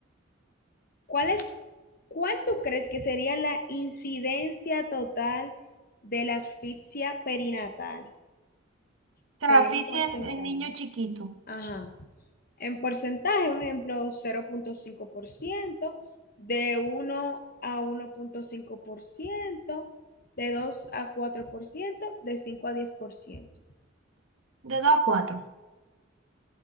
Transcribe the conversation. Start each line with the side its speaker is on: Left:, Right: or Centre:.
Left: ¿cuál es, cuál tú crees que sería la incidencia total de la asfixia perinatal? Sería
Right: Traficia
Left: en porcentaje.
Right: en, en niño chiquito,
Left: Ajá. En porcentaje, un ejemplo, cero punto cinco por ciento de uno a uno punto cinco por ciento de 2 a 4% de cinco a 10%.
Right: de dos a cuatro.